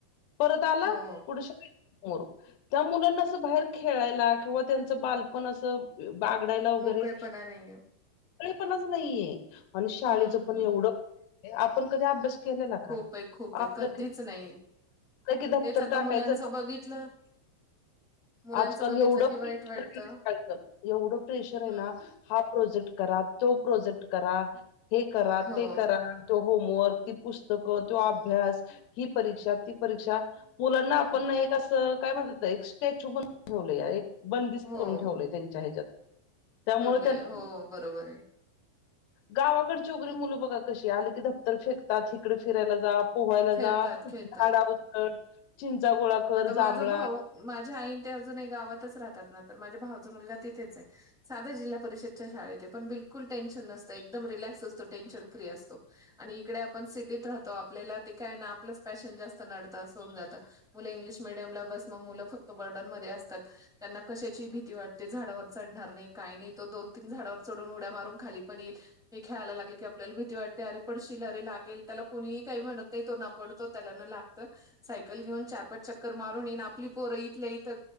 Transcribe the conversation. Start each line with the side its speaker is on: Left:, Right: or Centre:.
Left: परत आला
Centre: हो
Left: कुठं शा मोर त्या मुलांना असं बाहेर खेळायला किंवा त्यांचं बालपण असं बागडायला वगैरे
Centre: मोकळेपणा नाहीये
Left: मीपणाच नाहीये आणि शाळेचंपण
Centre: हम्म
Left: एवढं आपण कधी अभ्यास केले नां
Centre: खूप
Left: काल
Centre: आहे खूप आहे
Left: आपलं
Centre: कधीच
Left: की
Centre: नाही
Left: टाकायचं
Centre: तेच आता मुलांचं
Left: <unintelligible>
Centre: बघितलं. मुलांचं
Left: आजकाल
Centre: बघितलं
Left: एवढं
Centre: की वाईट
Left: प्रेशरचं
Centre: वाटतं
Left: <unintelligible> एवढं प्रेशर आहे
Centre: हम्म
Left: ना हा प्रोजेक्ट करा तो प्रोजेक्ट करा हे करा
Centre: हो
Left: ते करा. तो होमवर्क ती पुस्तकं तो अभ्यास ही परीक्षा ती परीक्षा मुलांना आपण
Centre: हं.
Left: एक असं काय म्हणतात ते एक स्टॅच्यू बनून ठेवले एक बंदिष्ट
Centre: हो
Left: करून ठेवलंय त्यांच्या हेच्यात त्यामुळे
Centre: ठेवलंय
Left: त्यांना
Centre: हो बरोबर आहे
Left: गावाकडेची उकरी मुलं बघा कशी आली की दप्तर फेकतात हिककडे फिरायला जा पोहायला
Centre: खेळतात
Left: जा झाडा
Centre: खेळतात
Left: वर चढ चिंचा गोळाकर
Centre: आता माझा
Left: जांभळा
Centre: भाऊ माझ्या आईन ते अजून गावातच राहतात ना तर माझ्या भावचा मुलगा तिथेच आहे. साध्या जिल्हा परिषदच्या शाळेत पण बिलकुल टेनशन नसतं एकदम रिलॅक्स असतो टेन्शन फ्री असतो. आणि इकडे आपण सिटीत राहतो आपल्याला ते काय ना आपलंच पॅशन जास्त नडतं अस होऊन जात. मुलं इंग्लिश मिडियम ला बस मग मुलं फक्त बर्डनमध्ये असतात. त्यांना कशाची भीती वाटते झाडावर चढणार नाही काही नाही तो दोन तीन झाडावर चढून उड्या मारून खाली पण येईल हे खेळायला लागले कि आपल्याला भीती वाटते अरे पडशील अरे लागेल त्याला कुणीही काही म्हणत नाही तो ना पडतो त्याला ना लागत सायकल घेऊन चार पाच चक्कर मारून येन आपली पोरं इथल्या इथं